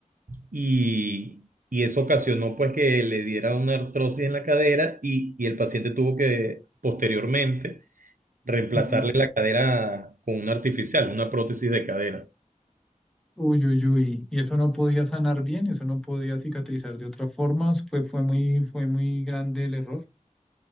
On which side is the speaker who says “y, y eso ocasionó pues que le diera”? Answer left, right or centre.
Right